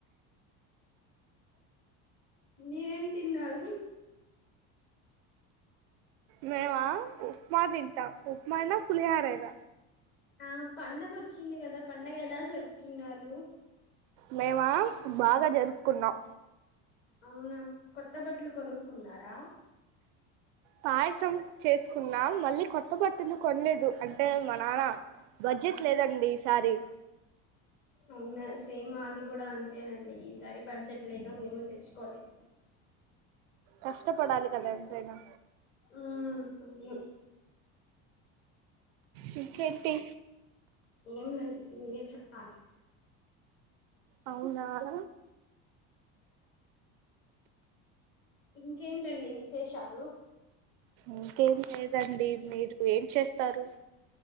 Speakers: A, on the left (about 40°); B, on the right (about 80°).
A: మీరేంతిన్నారు
B: మేమా ఉప్మా తింటాం ఉప్మా అయినా పులిహార అయిన
A: ఆ పండగ ఓచ్చింది కదా పండగ ఎలా జరుపుకున్నారు
B: మేమా బాగా జరుపుకున్నాం
A: అవును కొత్త బట్టలు కొనుక్కున్నారా?
B: పాయసం చేసుకున్నాం. మళ్ళీ కొత్త బట్టలు కొనలేదు అంటే మా నానా బడ్జెట్ లేదండి ఈసారి.
A: అవునా సేమ్ మాది కూడా అంతేనండి సారి బడ్జెట్ లేక మేము తెచ్చుకోలేదు
B: కష్టపడాలి కదా ఎంతైనా
A: ఉమ్ అన్ని
B: <inaudible> ఇంకేంటి
A: ఏంలేదు నువ్వే చెప్పాలి
B: అవునాహ
A: ఇంకేంటండి విశేషాలు
B: ఇంకేం లేదండి మీరు ఏం చేస్తారు